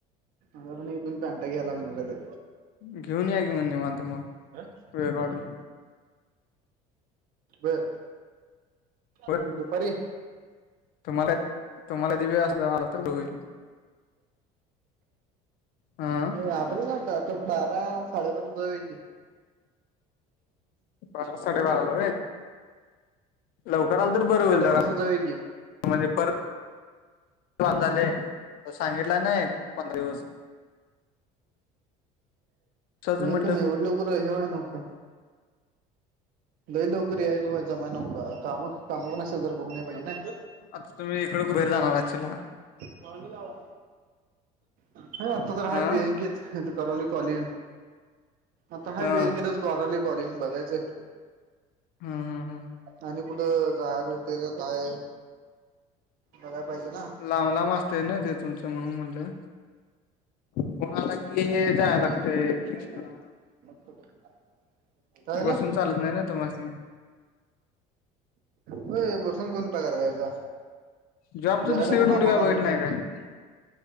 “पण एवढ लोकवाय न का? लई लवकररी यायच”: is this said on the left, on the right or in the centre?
Right